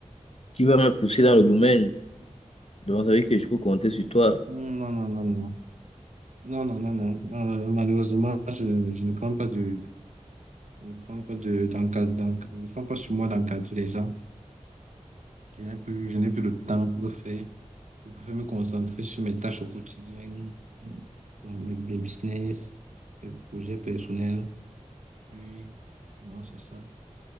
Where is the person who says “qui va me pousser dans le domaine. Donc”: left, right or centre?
Left